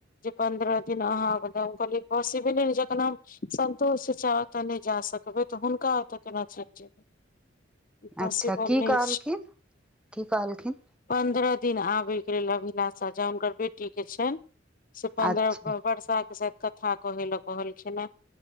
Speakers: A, on the left; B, in the centre.
A: जे पन्द्रह दिन अहाँ ओ <unintelligible> कहलियै पॉसिबल न जखन हम सन्तोष चचा ओत नहि जा सकबै त हुनका ओत केना चलि जेबै पॉसिबल
B: अच्छा की
A: नहि
B: कहलखिन की कहलखिन
A: पन्द्रह दिन आबय के लेल अभिलाषा ज हुनकर बेटीक के छैन से पन्द्रह
B: अच्छा
A: क बरसा के शायद कथा कहे लऽ कहलखिन